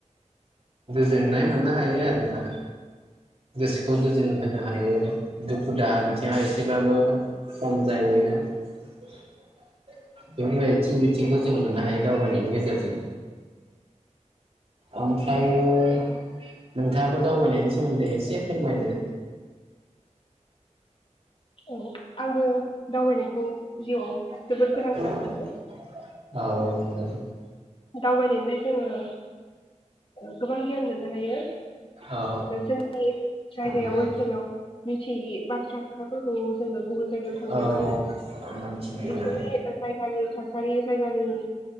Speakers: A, on the right; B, on the left.
A: <unintelligible> जोननाय मोननो हायो आरोना गोसोखौ गोजोन होनो दुखु दाहा बिथिङा एसेबाबो खम जायो बेफोरबायदि बिथिंखौ जों मोननो हायो दावबायनायनि गेजेरजों ओमफायो नोंथाङाबो दावबायनायनि सोमोन्दै एसे फोरमायदो
B: औ आंबो दावबायनायखौ जिउआव
A: औ
B: जोबोद गोनांथार सानो दावबायनिफ्राय जोङो गोबां गियान मोननो हायो
A: औ
B: जोंनि जायगायाव
A: मोननो
B: ओनसोलाव मिथियै बाथ्रा खोथाफोरखौ जोङो गुबुन जायगायाव थाङोब्ला
A: हायो औ मोनथिनो
B: बिसोरनि
A: मोनो
B: जायगानि थासारि जायगानि